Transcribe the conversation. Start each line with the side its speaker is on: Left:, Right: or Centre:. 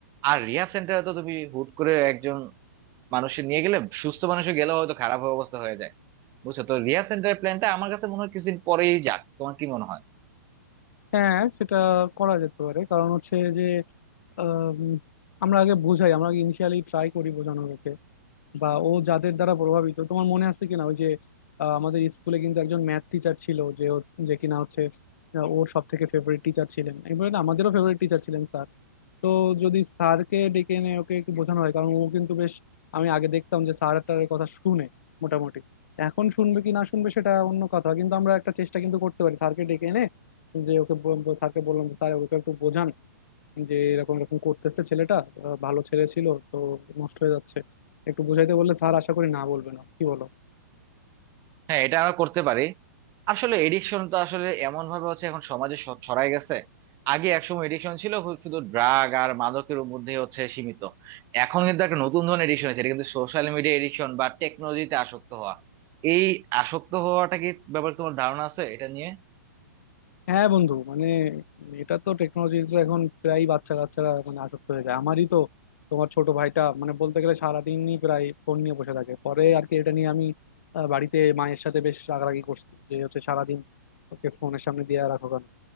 Right: আর রিহ্যাব সেন্টারে তো তুমি হুট করে একজন মানুষের নিয়ে গেলে সুস্থ মানুষের গেলেও হয়তো খারাপ অবস্থা হয়ে যায় বুঝছো তো রিহ্যাব সেন্টারের প্ল্যানটা আমার কাছে মনে হয় কিছুদিন পরেই যাক তোমার কি মনে হয়
Left: হ্যাঁ সেটা করা যেতে পারে কারণ হচ্ছে যে আম, আমরা আগে বুঝাই আমরা আগে ইনিশিয়ালি ট্রাই করি বোঝানোর বা ও যাদের দ্বারা প্রভাবিত তোমার মনে আছে কিনা ওই যে আহ, আমাদের স্কুলে কিন্তু একজন ম্যাথ টিচার ছিল যে ও- যে কিনা হচ্ছে আহ, ওর সব থেকে ফেভারিট টিচার ছিলেন এবারে না, আমাদেরও ফেভারিট টিচার ছিলেন স্যার তো যদি স্যারকে ডেকে এনে ওকে একটু বোঝানো হয় কারণ ও কিন্তু বেশ আমি আগে দেখতাম যে স্যারটার কথা শুনে মোটামুটি এখন শুনবে কি না শুনবে সেটা অন্য কথা কিন্তু আমরা একটা চেষ্টা কিন্তু করতে পারি স্যারকে ডেকে এনে যে ওকে স্যারকে বললাম যে স্যার ওকে একটু বোঝান যে এরকম এরকম করতেছে ছেলেটা আহ, ভালো ছেলে ছিল তো নষ্ট হয়ে যাচ্ছে একটু বুঝাইতে বললে স্যার আশা করি না বলবে না কি বলো
Right: হ্যাঁ এটা আমরা করতে পারি আসলে এডিকশন তো আসলে এমন ভাবে হচ্ছে এখন সমাজে স- ছড়ায় গেছে আগে একসময় এডিকশন ছিল হু- শুধু ড্রাগ আর মাদকের মধ্যে হচ্ছে সীমিত এখন কিন্তু একটা নতুন ধরনের এডিকশন আছে এটা কিন্তু সোশ্যাল মিডিয়া এডিকশন বা টেকনোলজিতে আসক্ত হওয়া এই আসক্ত হওয়াটা কি ব্যাপারে তোমার ধারণা আছে এটা নিয়ে
Left: হ্যাঁ বন্ধু মানে এটা তো টেকনোলজি তো এখন প্রায় বাচ্চা কাচ্চারা মানে আসক্ত হয়ে যায় আমারই তো তোমার ছোট ভাইটা মানে বলতে গেলে সারাদিনই প্রায় ফোন নিয়ে বসে থাকে পরে আর কি এটা নিয়ে আমি আহ, বাড়িতে মায়ের সাথে বেশ রাগারাগি করছি যে হচ্ছে সারাদিন ওকে ফোনের সামনে দিয়ে রাখো কেন